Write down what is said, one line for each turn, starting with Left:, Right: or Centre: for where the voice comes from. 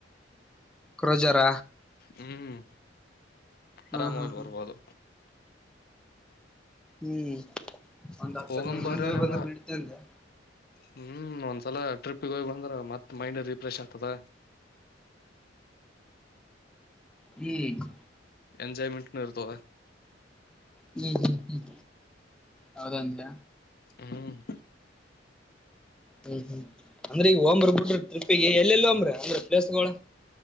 Centre: ಕ್ರೊಜಾರ
Left: ಹ್ಮ್
Centre: ಹಾ
Left: ಆರಾಮಾಗಿ
Centre: ಹಾ ಹಾ
Left: ಬರ್ಬೋದು
Centre: ಹ್ಮ್ ಒಂದ್ ಹತ್ತ
Left: ಹೋಗಂಬರ
Centre: ಮಂದ ಹೋಗ್
Left: ನಿಮ್ಮ
Centre: ಬಂದ್ರ ಬಿಡ್ತ ಅಂದೆ
Left: ಹ್ಮ್ ಒಂದ್ಸಲ ಟ್ರಿಪ್ಪಿಗೆ ಹೋಗಿ ಬಂದ್ರ ಮತ್ತತ್ ಮೈಂಡ್ ರಿಫ್ರೆಶ್ ಆಗ್ತದ
Centre: ಹ್ಮ್
Left: ಎಂಜಾಯ್ಮೆಂಟ್ ಇರ್ತ
Centre: ಹ್ಮ್ ಹ್ಮ್ ಹ್ಮ್ ಹೌದಂದ
Left: ಹ್ಮ್
Centre: ಹ್ಮ್ ಹ್ಮ್ ಅಂದ್ರ ಈಗ ಹೋಂಬರ್ ಬಿಡ್ರಿ ಟ್ರಿಪಿಗೆಗ ಎಲ್ಲೆಲ್ಲ ಒಂಬ್ರಿ ಅಂದ್ರೆ ಪ್ಲೇಸ್ಗಳಳ